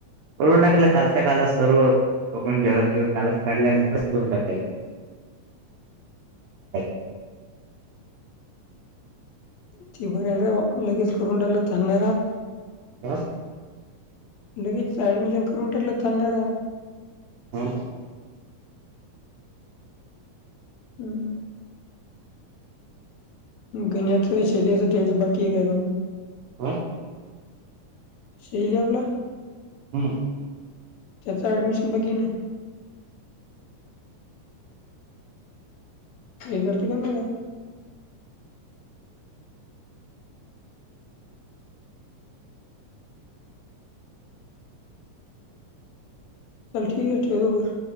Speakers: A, on the right; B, on the left.
A: करून टाकला कालच्या कालच सर्व ओपन झेरॉक्स बिराॅक्स् कालच काढल्या अण कालच करून टाकल्या <unintelligible>
B: ती बरयर लगेच करून टाकलं की, तान नाय राहात
A: हा
B: लगीच ऍडमिशन करून टाकलं तान नाय राहात
A: हो न
B: हम्म गीन्याच शैल्याच द्यायच बाकीय काय कायणु?
A: हा
B: शैल्या आपला?
A: हो ना
B: त्याचं ऍडमिशन बाकीय ना? काय करती कायणु म? चल ठीकय ठेवतो बर?